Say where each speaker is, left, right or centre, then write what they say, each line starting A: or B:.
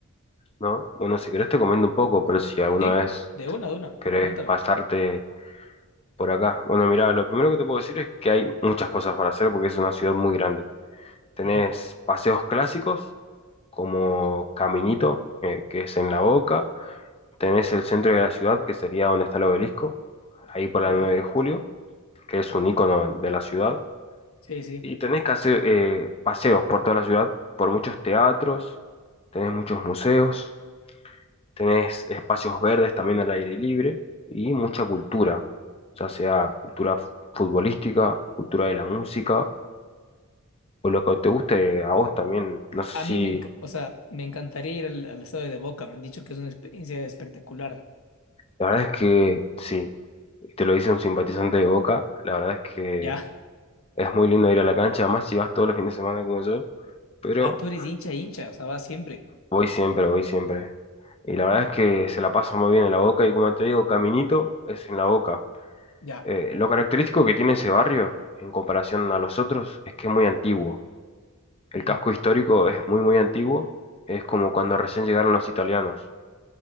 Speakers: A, on the left; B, on the left.
A: ¿no? Bueno, si querés te comento un poco, pero si alguna
B: Sí,
A: vez
B: de una, de una,
A: querés
B: coméntame.
A: pasarte por acá. Bueno, mira, lo primero que te puedo decir es que hay muchas cosas para hacer porque es una ciudad muy grande. Tenés
B: Ujú.
A: paseos clásicos, como Caminito, eh, que es en La Boca. Tenés el centro de la ciudad, que sería donde está el obelisco, ahí por la
B: ¿Ya?
A: 9 de julio, que es un icono de la ciudad.
B: Sí, sí.
A: Y tenés que hacer, eh, paseos por toda la ciudad, por muchos teatros, tenés muchos museos, tenés espacios verdes también al aire libre y mucha cultura, ya sea cultura f- futbolística, cultura de la música o lo que te guste a vos también. No sé
B: A mí
A: si
B: me, enc- o sea, me encantaría ir al, al estadio de Boca. Me han dicho que es una experiencia espectacular.
A: La verdad es que sí, y te lo dice un simpatizante de Boca, la verdad es que
B: Ya.
A: es muy lindo ir a la cancha, más si vas todos los fines de semana como yo, pero
B: Ah, tú eres hincha, hincha. O sea, vas siempre.
A: voy siempre, voy siempre. Y la verdad es que se la pasa muy bien en la Boca y como te digo, Caminito es en la Boca.
B: Ya.
A: Eh, lo característico que tiene ese barrio en comparación a los otros es que es muy antiguo. El
B: Ujú.
A: casco histórico es muy, muy antiguo, es como cuando recién llegaron los italianos.